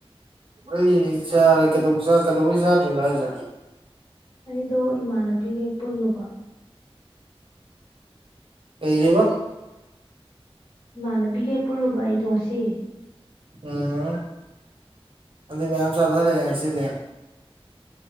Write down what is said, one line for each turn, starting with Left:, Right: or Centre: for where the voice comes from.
Right: ꯑꯩ ꯆꯥꯔꯦ ꯀꯩꯗ ꯀꯩꯗꯧꯕꯩ ꯆꯥꯗ꯭ꯔꯦꯅꯣ ꯍꯥꯏꯁꯦ
Left: ꯑꯩꯗꯣ ꯏꯃꯥꯟꯅꯕꯤꯈꯩ ꯄꯨꯜꯂꯨꯕ
Right: ꯀꯩꯒꯤꯕ
Left: ꯏꯃꯥꯟꯅꯕꯤꯒꯦ ꯄꯨꯜꯂꯨꯕ ꯑꯩꯗꯣ ꯉꯁꯤ
Right: ꯎꯝ ꯑꯗꯨꯗꯤ ꯃꯌꯥꯝ ꯆꯥꯊꯔꯛꯑꯦ ꯉꯁꯤꯗꯤ